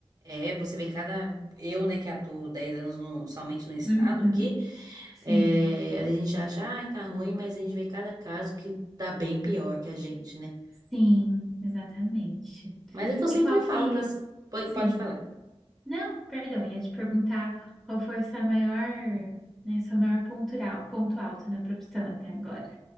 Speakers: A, on the right; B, in the centre.
A: É, você vê cada. Eu, né, que atuo 10 anos no- somente no estado
B: Uhum.
A: aqui,
B: Sim,
A: é, a gente acha, ai, tá ruim, mas a gente vê cada caso que tá bem pior que a gente, né?
B: sim, exatamente.
A: Mas é que eu sempre
B: E qual
A: falo
B: que.
A: para
B: Sim.
A: Pode falar.
B: Não, perdão, ia te perguntar qual foi sua maior, né, seu maior ponto, al- ponto alto na profissão até agora.